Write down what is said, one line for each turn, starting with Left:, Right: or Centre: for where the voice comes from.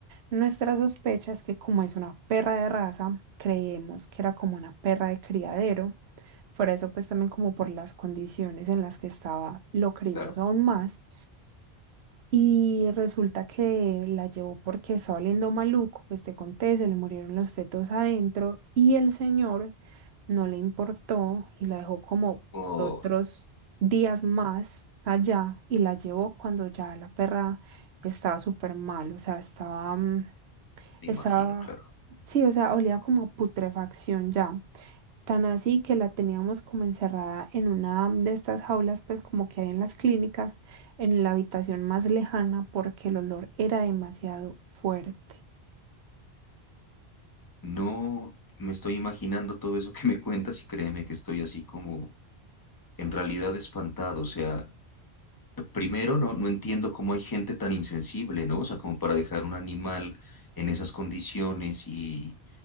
Right: Nuestra sospecha es que como es una perra de raza, creemos que era como una perra de criadero. Por eso pues también como por las condiciones en las que estaba, lo creímos
Left: claro.
Right: aún más. Y resulta que la llevó porque estaba oliendo maluco, pues te conté, se le murieron los fetos adentro y el señor no le importó y la dejó como
Left: Oh,
Right: por otros días más allá y la llevó cuando ya la perra estaba súper mal, o sea, estaba, mm,
Left: me
Right: estaba,
Left: imagino, claro.
Right: sí, o sea, olía como a putrefacción ya. Tan así que la teníamos como encerrada en una de estas jaulas, pues como que hay en las clínicas, en la habitación más lejana, porque el olor era demasiado fuerte.
Left: No me estoy imaginando todo eso que me cuentas y créeme que estoy así como en realidad espantado. O sea, primero no, no entiendo cómo hay gente tan insensible, ¿no? O sea, como para dejar un animal en esas condiciones y...